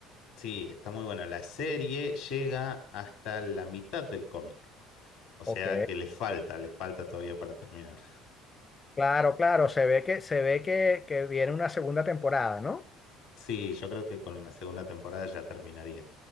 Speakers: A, on the left; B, on the left.
A: sí, está muy buena. La serie llega hasta la mitad del cómic, o
B: Ok,
A: sea que le falta, le falta todavía para terminar.
B: claro, claro, se ve que, se ve que, que viene una segunda temporada, ¿no?
A: Sí, yo creo que con la segunda temporada ya terminaría,